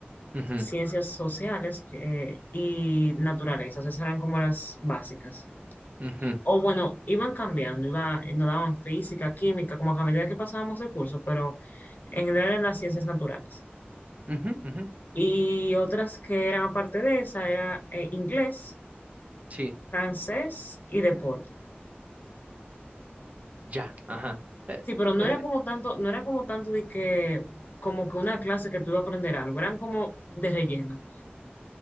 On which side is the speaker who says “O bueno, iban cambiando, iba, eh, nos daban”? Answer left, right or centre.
Left